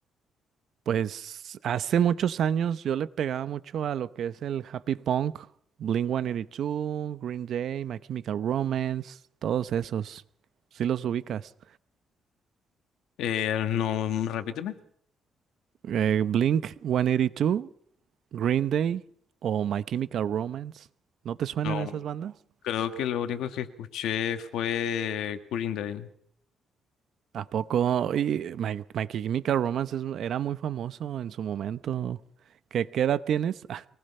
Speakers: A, on the right (about 55°); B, on the left (about 80°).
A: Pues hace muchos años yo le pegaba mucho a lo que es el happy punk, Blink-182, Green Day, My Chemical Romance, todos esos. Si los ubicas.
B: Eh, no, repíteme.
A: Eh, Blink-182, Green Day o My Chemical Romance. ¿No te suenan
B: No,
A: esas bandas?
B: creo que lo único que escuché fue Green Day.
A: ¿A poco? Y My, My Chemical Romance es- era muy famoso en su momento. ¿Qué, qué edad tienes?